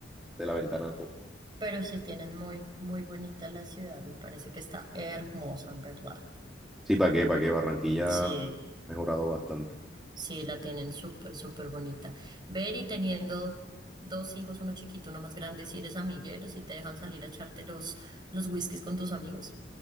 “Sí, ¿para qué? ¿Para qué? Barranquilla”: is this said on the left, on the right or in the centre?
Centre